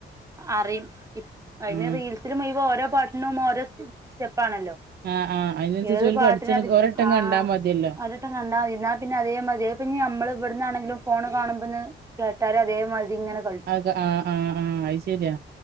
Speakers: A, on the right; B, on the right.
A: അറിയും, ത് അതിന്
B: ഉം
A: റീൽസിൽ മുയി <unintelligible> ഓരോ പാട്ടിനും ഓരോ സ്റ്റ് സ്റ്റെപ് ക്കാണല്ലോ,
B: ആഹ് ആഹ് അയിനനുസരിച്ച്
A: ഏത്
B: ഓല്
A: പാട്ടിനതി
B: പഠിച്ചാണ് ഒരട്ടം
A: ആ
B: കണ്ടാ മതിയല്ലോ
A: ഒരട്ടം കണ്ടാൽ മതി എന്നാ പിന്നെ അതേ മതിരി പിന്ന നമ്മൾ ഇവിടുന്നാണെങ്കിലും ഫോണ് കാണുമ്പന്ന്. കേട്ടാര് അതേ മാതിരി ഇങ്ങനെ കളിക്കും.
B: ആ ആ ആ അത് ശെരിയാ,